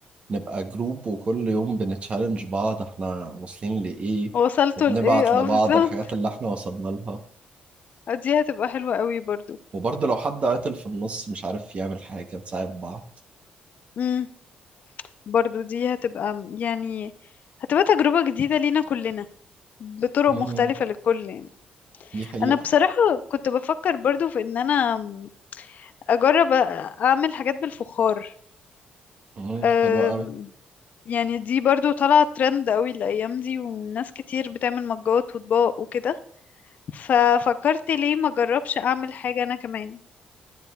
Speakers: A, on the right; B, on the left.
A: نبقى جروب وكل يوم بنتشالنج بعض احنا واصلين لإيه
B: وصلتوا
A: وبنبعت
B: لايه
A: لبعض
B: اه بالظبط
A: الحاجات اللي احنا وصلنا لها
B: <laughs> دي هتبقى حلوة قوي برضو
A: وبرضه لو حد عطل في النص مش عارف يعمل حاجة نساعد بعض
B: مم. برضو دي هتبقى م- يعني هتبقى تجربة جديدة لينا كلنا بطرق
A: مم.
B: مختلفة للكل يعني
A: دي حقيقة
B: أنا بصراحة كنت بفكر برضو في إن أنا أجرب أ- أعمل حاجات بالفخار
A: مم.
B: أم،
A: حلوة قوي
B: يعني دي برضو طالعة ترند قوي الأيام دي وناس كتير بتعمل مجات وأطباق وكده ففكرت ليه ما أجربش أعمل حاجة أنا كمان